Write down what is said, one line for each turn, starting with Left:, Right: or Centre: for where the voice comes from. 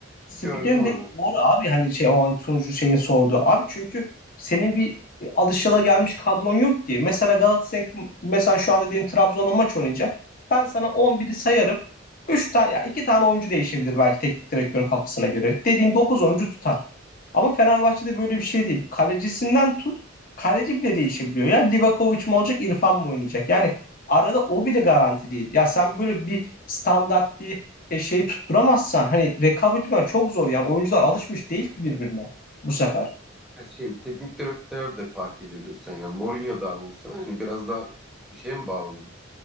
Left: Spikerin
Centre: gördüm onu.
Left: dediği doğru abi hani şey ama hani sunucu şeyin sorduğu. Abi çünkü senin bir alışılagelmiş kadron yok ki. Mesela Galatasaray mesela şu an dediğin Trabzon'a maç oynayacak. Ben sana on biri sayarım. üç tane ya 2 tane oyuncu değişebilir belki teknik direktörün kafasına göre. Dediğim 9 oyuncu tutar. Ama Fenerbahçe'de böyle bir şey değil. Kalecisinden tut, kaleci bile değişebiliyor. Ya Livakovic mi olacak, İrfan mı oynayacak? Yani arada o bile garanti değil. Ya sen böyle bir standart bir e, şey tutturamazsan hani rekabet etmen çok zor. Yani oyuncular alışmış değil ki birbirine bu sefer.
Centre: Ha, Şey, teknik direktör de fark ediyordur sen. Yani Mourinho daha olsa hani biraz daha şeye mi bağladın?